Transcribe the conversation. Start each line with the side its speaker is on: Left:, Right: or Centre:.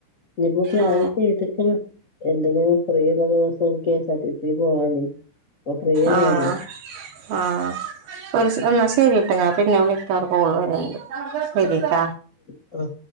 Left: ഇനിപ്പൊ പ്ലാൻ
Right: ആ
Left: ചെയ്തിക്ക്ണ് എന്തെങ്കിലും ഫ്രീ എന്ന ദിവസം K S R T C പോവാനേ അപ്പൊ ഫ്രീ ആണല്ലോ
Right: ആഹ് ആഹ് ഒരുസം എന്നാൽ ശരിട്ടാ ഞാൻ പിന്നെ വിളിക്കാ ഒരു കോള് വര്ണ്ട് ശരിട്ടാ
Left: ഉം